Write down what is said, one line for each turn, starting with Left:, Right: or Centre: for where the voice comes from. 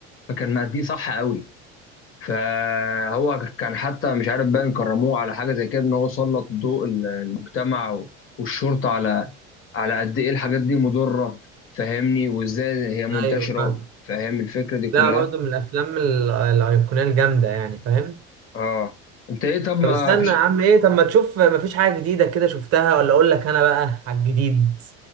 Left: فكان مأديه صح قوي فهو كان حتى مش عارف باين كرموه على حاجة زي كده ان هو سلط ضوء ال- المجتمع و- والشرطة على على قد ايه الحاجات دي مضرة فاهمني وازاي هي منتشرة
Right: ايوه فاهم
Left: فاهم الفكرة دي كلها
Right: لا برضه من الافلام ال- الايقونيه الجامده يعني فاهم
Left: اه انت ايه طب ما
Right: طب استنى
Left: فيش
Right: يا عم ايه طب ما تشوف مفيش حاجه جديده كده شفتها ولا اقول لك انا بقى على الجديد